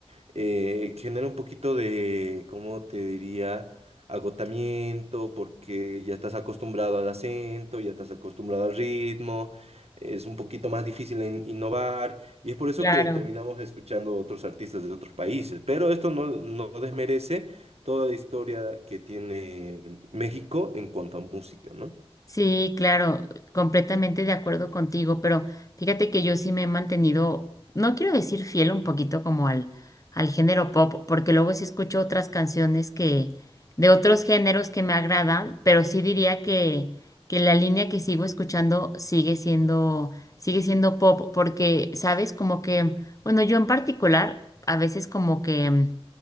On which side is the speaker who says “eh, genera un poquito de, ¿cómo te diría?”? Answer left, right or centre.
Right